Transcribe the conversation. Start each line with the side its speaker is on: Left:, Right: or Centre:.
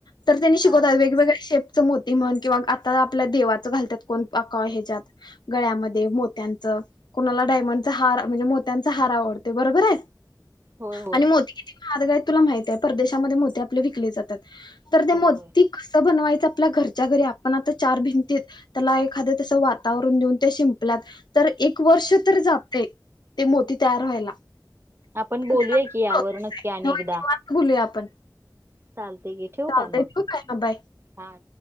Left: तर त्यांनी शिकवतात
Right: हा
Left: वेगवेगळे शेप- ते मोती म्हण किंवा आपलं -आपलं देवाच घालत्यात कोण आका हेज्यात गळ्यामध्ये, मोत्याचं कोणाला डायमंडच हार म्हणजे मो- -त्यांचा हार आवडते बरोबर आहे.
Right: होय होय.
Left: आणि मोती किती- आगं तुला माहितेय परदेशामध्ये मोती आपल विकले जातात- तर ते
Right: होय
Left: मोतीं कसं बनवायचं- आपला घरच्या घरी आपण आता चार भिंतीत त्याला एखाद तस वातावरण देऊन ते शिंपलात- तर एक वर्ष तर जातय. ते मोती तयार व्हायला-
Right: आपण
Left: पण
Right: बोलूया
Left: त्याला पण
Right: की यावर
Left: प्रोसेस
Right: नक्की
Left: आहे
Right: आणि
Left: होय
Right: एकदा.
Left: निवांत बोलूया आपण
Right: चालतेय की, ठेवु
Left: चालतंय
Right: काय मग.
Left: ठेवू काय? हा, बाय.
Right: हां